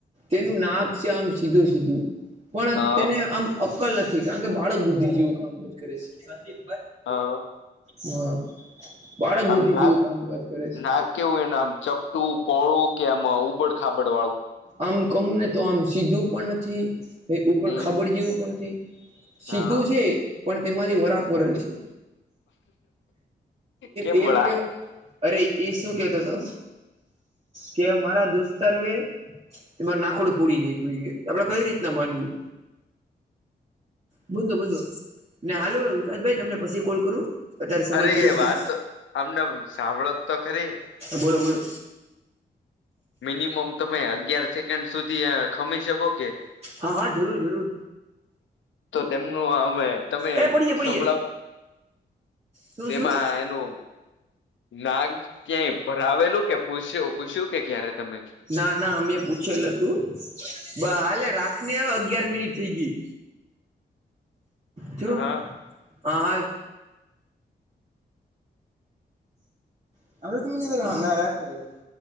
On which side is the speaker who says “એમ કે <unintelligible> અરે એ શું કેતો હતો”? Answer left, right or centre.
Right